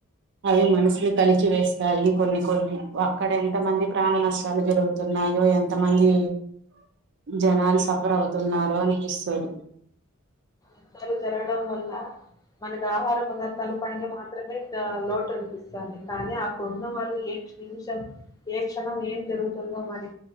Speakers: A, on the right (about 55°); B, on the left (about 15°).
A: అవి మనసుని కలిచి వేస్తాయి కొన్ని కొన్ని అక్కడ ఎంత మంది ప్రాణ నష్టాలు జరుగుతుంది ఉన్నాయో ఎంతమంది జనాలు సఫర్ అవుతున్నారో అనిపిస్తుంది
B: యుద్ధాలు జరగడం వల్ల మనకి ఆహార పదార్థాల పైన మాత్రమే ఆ లోటు అనిపిస్తంది కానీ అక్కడున్న వాళ్ళు ఏ నిమిషం ఏ క్షణం ఏం జరుగుతుందో మరి